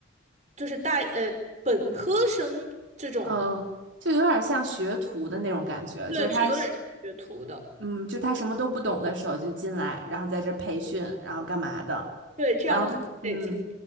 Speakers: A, on the right; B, on the right.
A: 就是大呃本科生这种的，
B: 嗯，就有点像学徒的那种感觉，
A: 对，
B: 就是他是，
A: 是有点这个学徒的，
B: 嗯，就他什么都不懂的时候就进来，然后在这儿培训，然后干嘛的，
A: 对，这样子积累经验。
B: 然后嗯，